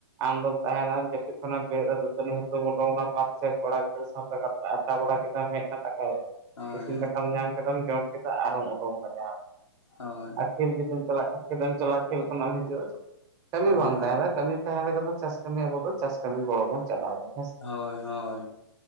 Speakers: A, on the right; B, on the left.
A: ᱟᱢᱫᱚᱢ ᱛᱟᱦᱮᱱᱟ ᱡᱟᱹᱯᱤᱫ ᱠᱷᱚᱱᱟᱜ ᱮᱢ ᱵᱮᱨᱮᱜ-ᱟ ᱫᱟᱹᱛᱟᱹᱩᱱᱤ ᱦᱩᱛᱩᱢ ᱟᱫᱚ ᱚᱱᱟ ᱵᱟᱸᱫ ᱥᱮᱫ ᱠᱚᱲᱟ ᱜᱤᱫᱽᱨᱟᱹ ᱥᱟᱶᱛᱮ ᱜᱟᱛᱮ <unintelligible> ᱟᱰᱰᱟ ᱵᱟᱲᱟ ᱠᱮᱫᱟᱢ ᱦᱮᱡᱱᱟᱢ ᱫᱟᱠᱟ,
B: ᱦᱳᱭ
A: ᱤᱥᱤᱱ ᱫᱟᱠᱟᱢ ᱧᱟᱢ ᱠᱮᱫᱟᱢ ᱡᱚᱢ ᱠᱮᱫᱟ ᱟᱨᱦᱚᱢ ᱩᱰᱩᱠᱱᱟ ᱡᱟᱦᱟᱸ
B: ᱦᱳᱭ
A: ᱟᱨ ᱠᱷᱮᱞ ᱡᱩᱫᱤᱢ ᱪᱟᱞᱟᱜ ᱠᱷᱟᱱ ᱠᱷᱮᱞᱮᱢ ᱪᱟᱞᱟᱜᱼᱟ ᱠᱷᱮᱞ ᱠᱷᱚᱱᱟᱜ ᱮᱢ ᱦᱤᱡᱩᱜᱼᱟ ᱠᱟᱹᱢᱤ
B: ᱦᱳᱭ
A: ᱵᱟᱝ ᱛᱟᱦᱮᱨᱮ ᱠᱟᱹᱢᱤ ᱛᱟᱦᱚᱞᱮ ᱠᱷᱟᱱ ᱫᱚ ᱪᱟᱥ ᱠᱟᱹᱢᱤ ᱟᱵᱚ ᱫᱚ ᱪᱟᱥ ᱠᱟᱹᱢᱤ ᱜᱚᱲᱚ ᱵᱚᱱ ᱪᱟᱞᱟᱣ ᱠᱚᱜ᱾
B: ᱦᱳᱭ ᱦᱳᱭ,